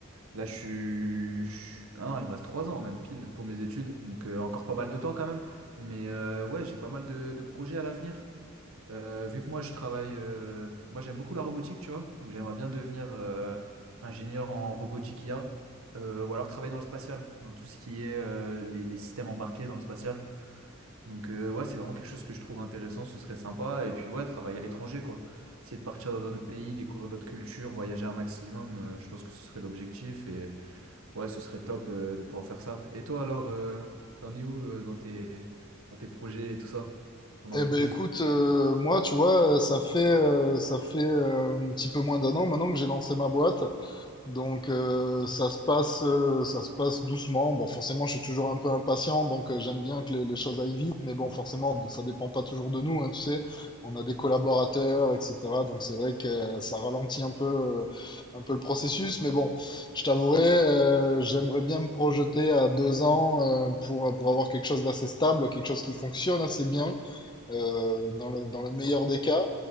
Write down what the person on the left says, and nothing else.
Eh ben écoute, euh, moi tu vois, euh, ça fait euh, ça fait euh, un petit peu moins d'un an maintenant que j'ai lancé ma boîte. Donc euh, ça se passe, euh, ça se passe doucement. Bon, forcément, je suis toujours un peu impatient, donc euh, j'aime bien que les, les choses aillent vite, mais bon, forcément, ça dépend pas toujours de nous, hein, tu sais. On a des collaborateurs, etc. Donc c'est vrai que euh, ça ralentit un peu, euh, un peu le processus, mais bon, je t'avouerai, euh, j'aimerais bien me projeter à deux ans euh, pour pour avoir quelque chose d'assez stable, quelque chose qui fonctionne assez bien euh, dans le, dans le meilleur des cas.